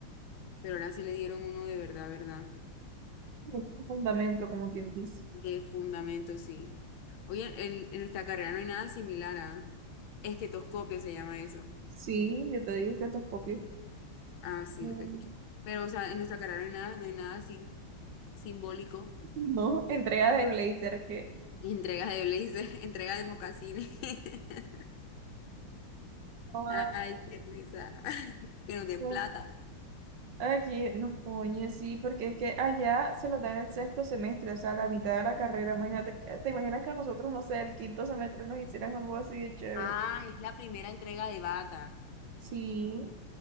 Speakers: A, on the left; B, on the right.
A: pero ahora sí le dieron uno de verdad, ¿verdad?
B: Un fundamento, como quien dice.
A: De fundamento, sí. Oye, en, en nuestra carrera no hay nada similar a estetoscopio, se llama eso.
B: Sí, yo te dije estetoscopio.
A: Ah, sí,
B: Mm.
A: yo te escucho. Pero, o sea, en nuestra carrera no hay nada, no hay nada así simbólico.
B: No, entrega de blazer que
A: <laughs> Entrega de blazer, <laughs> entrega de mocasines. <laughs>
B: no
A: Ay, qué risa. <laughs> Que nos den
B: asco.
A: plata.
B: Aquí no coño, sí, porque es que allá se lo dan el sexto semestre, o sea, la mitad de la carrera. Imagínate, que- te imaginas que a nosotros, no sé, el quinto semestre nos hicieran algo así de chévere.
A: Ah, es la primera entrega de bata.
B: Sí,